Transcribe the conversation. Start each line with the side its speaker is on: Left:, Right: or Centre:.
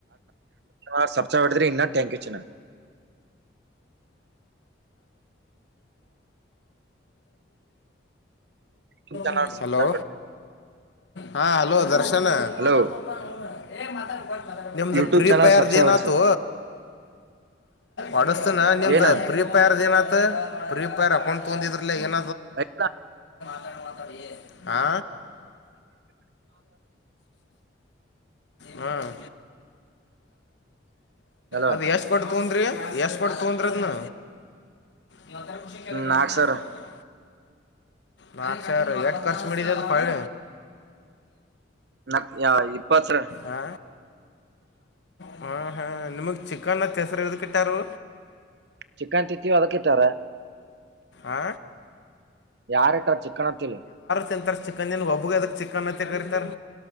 Right: ಆಸ ಬ ಇನ್ನ ಟ್ಯಾಂಕ್ ಯ ಚನ. ಯೂಟ್ಯೂಬ್ ಚಾನಲ್
Left: ಇ.
Right: ಸಬ್ಸ್ಕ್ರೈಬ್
Left: ಹಲೋ.
Right: ಮಾಡ್
Left: ಹಾಂ ಹಲೋ ದರ್ಶ್. ಚನ್ನ <unintelligible>
Right: ಹಲೋ
Left: ಎ ಮಾತಾ ಗ. ನಿಮ್ದು
Right: ಯೂಟ್ಯೂಬ್
Left: ಪ್ರೀಪೇರ್ದ
Right: ಚಾನಲ್ ಸಬ್ಸ್ಕ್ರೈಬ್
Left: ಏನತು.
Right: ಹೊಡ್ಸ
Left: ಒಡಸ್ತಿನ ನಿಮ್ದ
Right: ಏನ
Left: ಪ್ರೀಪರ್ ಏನತ ಪ್ರೀ. ಕೊಂಡ ತೋಿದಿಲ್ಲ ಏಾದ.
Right: ಎತ.
Left: ಮಾತಡ. ಆ. ಹ್ಮ್.
Right: ಹಲೋ
Left: ಅದ ಎಷ್ಟು ಕೊಟ್ಟ. ತೊಂದ್ರ ಎಷ್ಟಪಟ್ಟ ತೊಂದ್ರದ ನ. ಇರ ಕುಷಿಲ
Right: ನಾಕ್
Left: ಬ ನ
Right: ಸರ್
Left: ಸಾರ ಬರ ನಾಕ್ ಸರ್ ಎಷ್ಟು ಖರ್ಚು ಮಾಡಿಡಿದೆ ಅದು ಕೊಿ
Right: ನ ಯ ಇಪ್ಪ ಸರ
Left: ಹಾ ಹ್ಮ ಹಾ ನಿಮ್ಗ್ ಚಿಕನ್ ಹೆಸರ ಇ ಪಿಟ್ಟರುು
Right: ಚಿಿಕನ್ ತಿತ್ತೀವ ಅದಕ್ ಇತ್ತಾರ
Left: ಆ
Right: ಯಾರಟಾ ಚಕ್ಕಣತ್ತ
Left: ತಿಂತಾರೆ ಚಿಕನ್ ಏನ್ ಒಬ್ಬು ಅದಕ್ ಚಿಕನ್ತ್ತ ಕರಿತಾರೆ